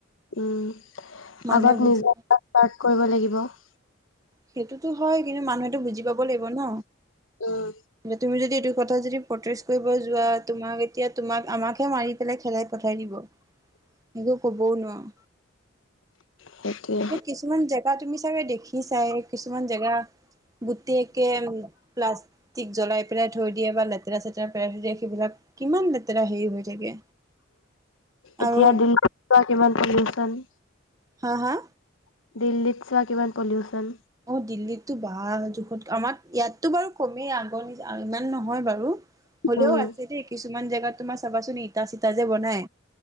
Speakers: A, on the left (about 80°); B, on the right (about 15°).
A: উম।
B: মানুহে
A: আগত
B: বুজি
A: নিজৰ ক াৰট কৰিব লাগিব <unintelligible>
B: সেইটোতো হয় কিন্তু মানুহেতটো বুজি পাব লাগিব ন।
A: উম,
B: তুমি যদি এইটো। কথা যদি পষ্ট্ৰেচ কৰিব যোৱা তোমাক এতিয়া তোমাক আমাকহে মাৰি পেলাই খেলাই পঠাই দিব। এইক ক'বও ন <unintelligible>
A: সেইটোৱে,
B: কিছুমান জেগা তুমি চাগে দেখিছা। চাই কিছুমান জেগা গোটকে প্লাষ্টিক জ্বলাই পেলাই থৈ দিয়ে বা লেতেৰা চেতেৰা পেলাই থৈ দিয়ে সেইবিলাক কিমান লেতেৰা হেৰি হৈ থাকে। আৰু
A: এতিয়া দিল্লী যোৱা কিমান পলউচন।
B: হা হা।
A: দিল্লীত চোৱা কিমান পলউচন।
B: অ দিল্লীততো বাল জোখত আমাৰ ইয়াততো বাৰু কমেই আগৰ নি ইমান নহয় বাৰু। হ'লেও
A: উম,
B: আছে দেই। কিছুমান জেগাত তোমাৰ চাবাচোন ইটা চিটা যে বনাই।